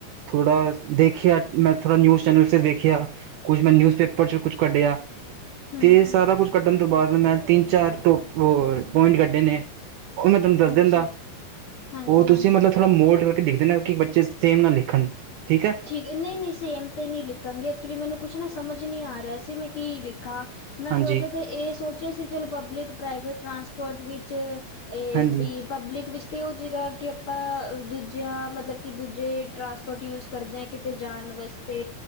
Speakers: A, on the right (about 80°); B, on the left (about 80°).
A: ਥੋੜਾ ਦੇਖਿਆ ਮੈਂ ਥੋੜਾ ਨਿਊਜ ਚੈਨਲ ਤੇ ਦੇਖਿਆ ਕੁਛ ਮੈਂ ਨਿਊਜ਼ ਪੇਪਰ ਚ ਕੁਛ ਕੱਢਿਆ,
B: ਹੂੰ
A: ਤੇ ਸਾਰਾ ਕੁਛ ਕੱਢਣ ਤੋਂ ਬਾਦ ਮੈਂ ਤਿੰਨ ਚਾਰ ਪੁਆਇੰਟ ਕੱਢੇ ਨੇ, ਉਹ ਮੈਂ ਤੈਨੂੰ ਦੱਸ
B: ਅੱਛਾ
A: ਦਿੰਦਾ।
B: ਹਾਂਜੀ-ਹਾਂਜੀ।
A: ਉਹ ਤੁਸੀਂ ਮਤਲਬ ਥੋੜਾ ਮੋਲਡ ਕਰਕੇ ਲਿਖਦੇ ਨਾ ਕਿ ਬੱਚੇ ਸੇਮ ਨਾ ਲਿਖਣ ਠੀਕ ਐ।
B: ਠੀਕ ਏ ਨਹੀਂ-ਨਹੀਂ ਸੇਮ ਤੇ ਨਹੀਂ ਲਿਖਣਗੇ ਐਕਚੁਲੀ ਮੈਨੂੰ ਕੁਛ ਨਾ ਸਮਝ ਨੀ ਆ ਰਿਹਾ ਸੀ ਮੈਂ ਕੀ ਲਿਖਾਂ ਮੈਂ
A: ਹਾਂਜੀ
B: ਥੋੜ੍ਹਾ ਜਿਹਾ ਇਹ ਸੋਚਿਆ ਸੀ ਚਲੋ ਪਬਲਿਕ ਪ੍ਰਾਈਵੇਟ ਟਰਾਂਸਪੋਰਟ ਵਿੱਚ ਇਹ
A: ਹਾਂਜੀ
B: ਵੀ ਪਬਲਿਕ ਵਿੱਚ ਤੇ ਹੋਜੇਗਾ ਤੇ ਆਪਾਂ ਦੂਜਿਆਂ ਮਤਲਬ ਕਿ ਦੂਜੇ ਟਰਾਂਸਪੋਰਟ ਯੂਜ ਕਰਦੇ ਆ ਕਿਤੇ ਜਾਣ ਵਾਸਤੇ